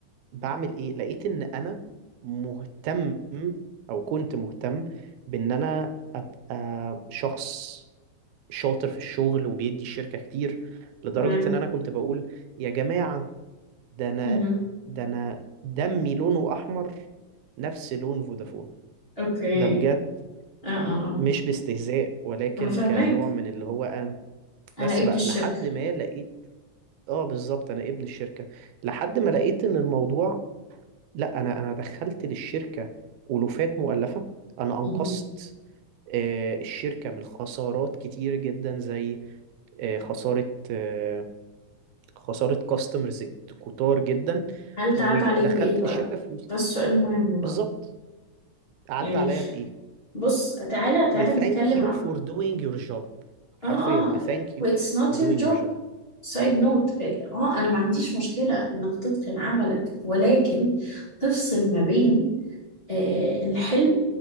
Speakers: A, on the right; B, on the left.
A: بعمل ايه لقيت ان انا مهتم او كنت مهتم بان انا ابقى شخص شاطر في الشغل وبيدي الشركة كتير لدرجة
B: تمام
A: ان انا كنت بقول يا جماعة ده انا
B: مهم.
A: ده انا دمي لونه احمر نفس لون فودافون
B: أوكي
A: ده بجد
B: آه آه آه
A: مش باستهزاء ولكن
B: أنا فاهماك
A: كنوع من اللي هو انا
B: أنا
A: بس
B: ابن
A: بقى
B: الشركة
A: لحد ما لقيت اه بالظبط انا ابن الشركة لحد ما لقيت ان الموضوع لا انا انا دخلت للشركة ألوفات مؤلفة انا انقذت
B: مهم.
A: آه، الشركة من خسارات كتير جدا زي آه، خسارة آه، خساره كاستمرز كتار جدا
B: هل
A: ودخلت
B: ده عاد عليك بإيه بقى؟
A: للشركه فلوس
B: ده السؤال المهم بقى
A: بالظبط عدى
B: يعني
A: عليا بايه
B: بص تعالى
A: بثانك
B: تعالى نتكلم
A: يو فور دوينج يور جوب حرفيا
B: اه اه
A: بثانك
B: واتس
A: يو
B: نوت
A: فور دوينج
B: يور جوب
A: يور جوب
B: سايد نوت اه آه، انا ما عنديش مشكله انك تتقن عملك ولكن تفصل ما بين آه الحلم